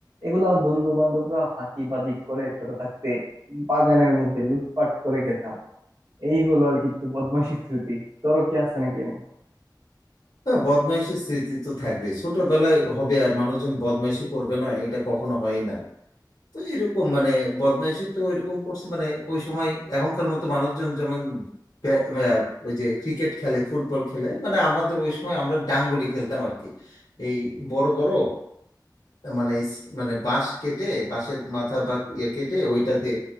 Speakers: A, on the right; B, on the left.
A: এগুলা বন্ধু বান্ধবরা ফাঁকিবাজি করে ছোট থাকতে বাগানের মধ্যে লুটপাট করে খেতাম এই হলো আর কি একটু বদমাইশি স্মৃতি তোরও কি আছে নাকি এমন
B: হ্যাঁ বদমাইশের স্মৃতি তো থাকবে ছোটবেলায় হবে আর মানুষজন বদমাইশি করবে না এটা কখনো হয় না তো এরকম মানে বদমাইশি তো এরকম করছি মানে ওই সময় এখনকার মতো মানুষজন যেমন ব্য- আহ, ওই যে ক্রিকেট খেলে ফুটবল খেলে মানে আমাদের ওই সময় আমরা ডাঙ্গুলি খেলতাম আর কি এই বড় বড় মানে এই স- মানে বাঁশ কেটে বাঁশের মাথা বা ইয়ে কেটে ওইটা দিয়ে